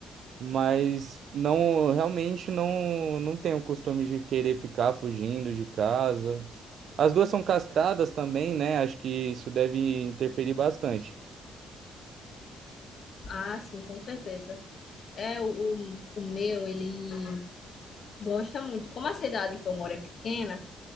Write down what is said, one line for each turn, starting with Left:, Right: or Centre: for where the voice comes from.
Right: mas não, realmente não, não tenho o costume de querer ficar fugindo de casa. As duas são castradas também, né? Acho que isso deve interferir bastante.
Left: Ah, sim, com certeza. É, o, o, o meu, ele gosta muito. Como a cidade que eu moro é pequena,